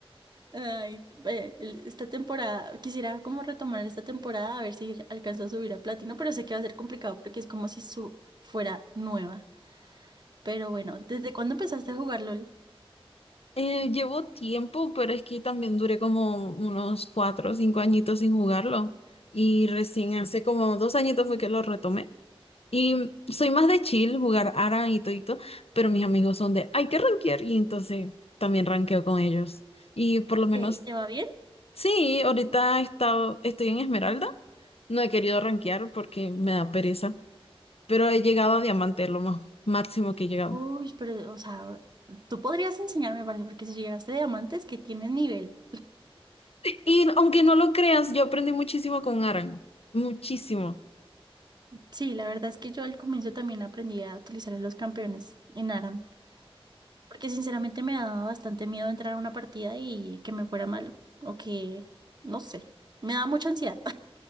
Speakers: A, on the right; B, on the left.
A: Ay, ve, el- esta temporada, quisiera como retomar esta temporada a ver si alcanzo a subir a platino, pero sé que va a ser complicado porque es como si su fuera nueva. Pero bueno, ¿desde cuándo empezaste a jugar LOL?
B: Eh, llevo tiempo, pero es que también duré como unos cuatro o cinco añitos sin jugarlo. Y recién hace como dos añitos fue que lo retomé. Y soy más de chill, jugar Aran y todito, pero mis amigos son de, hay que rankear, y entonces también rankeo con ellos. Y por lo menos,
A: ¿Te- ¿Y te va bien?
B: sí, ahorita he estado- estoy en Esmeralda, no he querido rankear porque me da pereza, pero he llegado a Diamante, lo más máximo que he llegado.
A: Uy, pero, o sea, tú podrías enseñarme, parece, porque si llegaste a diamantes, que tienes nivel.
B: Y aunque no lo creas, yo aprendí muchísimo con Aran muchísimo.
A: Sí, la verdad es que yo al comienzo también aprendí a utilizar a los campeones en ARAM, porque sinceramente me daba bastante miedo entrar a una partida y que me fuera mal, o que, no sé, me daba mucha ansiedad.